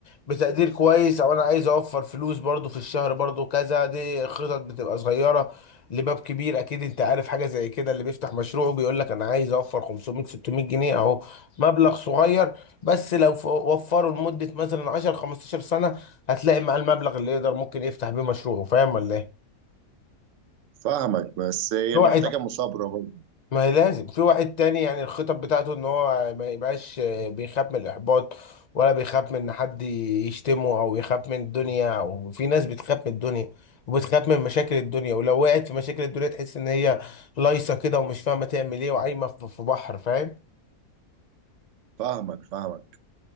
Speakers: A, on the left; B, on the right.
A: بتقدير كويس او انا عايز اوفر فلوس برضو في الشهر برضو كذا دي خطط بتبقى صغيره لباب كبير اكيد انت عارف حاجه زي كده اللي بيفتح مشروع بيقول لك انا عايز اوفر 500 600 جنيه اهو مبلغ صغير بس لو ف- وفره لمده مثلا 10 15 سنه هتلاقي مع المبلغ اللي يقدر ممكن يفتح بيه مشروعه فاهم ولا ايه
B: فاهمك بس هي
A: في واحد
B: محتاجة مثابرة برضه
A: ما هي لازم في واحد تاني يعني الخطط بتاعته ان هو ما يبقاش آه، بيخاف من الاحباط ولا بيخاف من ان حد يشتمه او يخاف من الدنيا او في ناس بتخاف من الدنيا وبتخاف من مشاكل الدنيا ولو وقعت في مشاكل الدنيا تحس ان هي لايصه كده ومش فاهمه تعمل ايه وعايمه في في بحر فاهم
B: فاهمك فاهمك